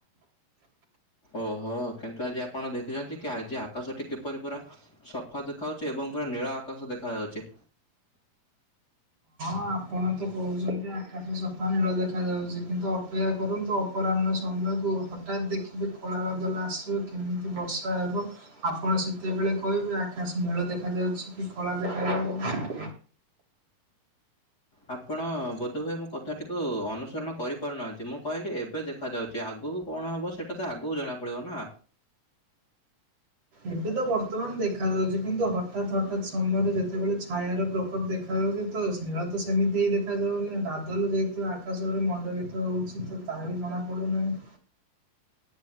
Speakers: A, on the left; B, on the right.
A: ଓହୋ କିନ୍ତୁ ଆଜି ଆପଣ ଦେଖିଚନ୍ତିକି ଆଜି ଆକାଶଟି କିପରି ପୁରା ସଫା ଦେଖାଯାଉଚି ଏବଂ ପୁରା ନୀଳ ଆକାଶ ଦେଖାଯାଉଚି।
B: ହଁ ଆପଣତ କହୁଚନ୍ତି ଆକାଶ ସଫା ନୀଳ ଦେଖାଯାଉଚି କିନ୍ତୁ ଅପେକ୍ଷା କରନ୍ତୁ ଅପରାହ୍ନ ସମୟକୁ ହଠାତ୍ ଦେଖିବେ କଳା ବାଦଲ ଆସିବ କିମିତି ବର୍ଷା ହେବ ଆପଣ ସେତେବେଳେ କହିବେ ଆକାଶ ନୀଳ ଦେଖାଯାଉଚିକି କଳା ଦେଖାଯାଉଚି।
A: ଆପଣ ବୋଧୁଏ ମୋ କଥାଟିକୁ ଅନୁସରଣ କରିପାରୁନାହାନ୍ତି ମୁଁ କହିଲି ଏବେ ଦେଖ ଦେଖା ଯାଉଚି ଆଗକୁ କଣ ହବ ସେଇଟାତ ଆଗକୁ ଜଣା ପଡ଼ିବନା।
B: ଏବେତ ବର୍ତ୍ତମାନ ଦେଖାଯାଉଛି କିନ୍ତୁ ହଠାତ୍ ହଠାତ୍ ସମୟରେ ଯେତେବେଳେ ଛାୟାର ପ୍ରକୋପ ଦେଖ ଦେଖାଯାଉଛି ତ ସ୍ନେହାତ ସେମିତିହିଁ ଦେଖାଯାଉନି ବାଦଲ ଯେହେତୁ ଆକାଶରେ ମଣ୍ଡଳୀ ତ ହେଉଛି ତ ତାହାବି ଜଣାପଡ଼ୁନାହିଁ।